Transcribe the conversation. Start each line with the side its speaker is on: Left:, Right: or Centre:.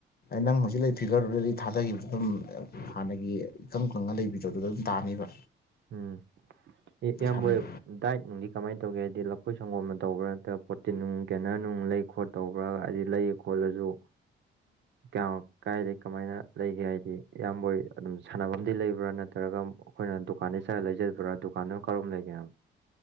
Left: ꯅꯪ ꯍꯧꯖꯤꯛ ꯂꯩ ꯐꯤꯚꯝꯗꯨꯗꯗꯤ ꯊꯥꯗꯈꯤꯕ ꯑꯗꯨꯝ ꯍꯥꯟꯅꯒꯤ ꯏꯀꯪ ꯈꯪꯉ ꯂꯩꯕꯤꯗꯣ ꯑꯗꯨꯗ ꯑꯗꯨꯝ ꯇꯥꯅꯤꯕ
Right: ꯎꯝ ꯑꯦ ꯏꯌꯥꯝꯕ
Left: ꯁꯥꯟꯅꯩ
Right: ꯗꯥꯏꯠ ꯅꯨꯡꯗꯤ ꯀꯃꯥꯏꯅ ꯇꯧꯒꯦ ꯍꯥꯏꯗꯤ ꯂꯐꯣꯏ ꯁꯪꯒꯣꯝꯅ ꯇꯧꯕ꯭ꯔꯥ ꯅꯠꯇ꯭ꯔ ꯄꯣꯠꯇꯤꯟ ꯅꯨꯡ ꯀꯦꯅꯣ ꯅꯨꯡ ꯂꯩ ꯈꯣꯠ ꯇꯧꯕ꯭ꯔꯥ ꯍꯥꯏꯗꯤ ꯂꯩ ꯈꯣꯠꯂꯁꯨ ꯀꯌꯥ ꯀꯥꯏꯗ ꯀꯃꯥꯏꯅ ꯂꯩꯒꯦ ꯍꯥꯏꯗꯤ ꯏꯌꯥꯝꯕ ꯑꯗꯨꯝ ꯁꯥꯟꯅꯐꯝꯗꯤ ꯂꯩꯕ꯭ꯔꯥ ꯅꯠꯇ꯭ꯔꯒ ꯑꯩꯈꯣꯏꯅ ꯗꯨꯀꯥꯟꯗꯩ ꯆꯠꯂ ꯂꯩꯖꯗꯕ꯭ꯔꯥ ꯗꯨꯀꯥꯟꯗꯨꯅ ꯀꯔꯣꯝ ꯂꯩꯒꯦꯕ꯫